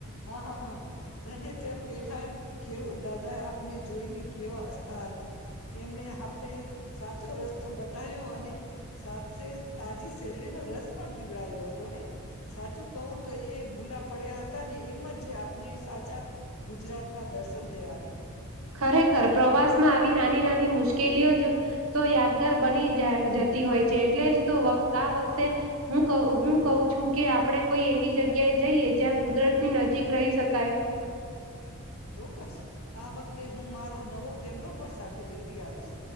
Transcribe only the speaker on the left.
હા હા હા તને ત્યાં પેલા. ખેડૂત દાદા આપને જોઈને કેવા હસતા હતા એમણે આપણે સાચો રસ્તો બતાવ્યો અને સાથે તાજી શેરડીનો રસ પણ પીવડાયો હતો ને સાચું કહું તો એ ભૂલા પડ્યા હતા અને એમ જ આપણે સાચા ગુજરાતના દર્શન થયા હતા
ચોક્કસ આ વખતે હું મારા નવો કેમરો પણ સાથે લેતી આવીશ